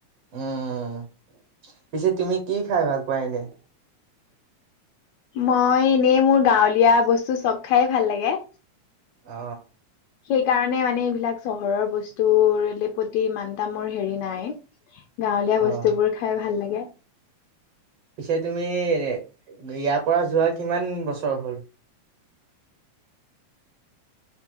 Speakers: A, on the right; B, on the left.
A: উম পিছে তুমি কি খাই ভাল পোৱা এনেই।
B: মই এনেই মোৰ গাঁৱলীয়া বস্তু চব খাই ভাল লাগে।
A: অ।
B: সেইকাৰণে মানে এইবিলাক চহৰৰ বস্তুৰলে প্ৰতি ইমান তা মোৰ হেৰি নাই। গাঁৱলীয়া বস্তু
A: অ
B: বোৰ খাই ভাল লাগে।
A: পিছে তুমি ইয়াৰ পৰা যোৱা কিমান বছৰ হ'ল।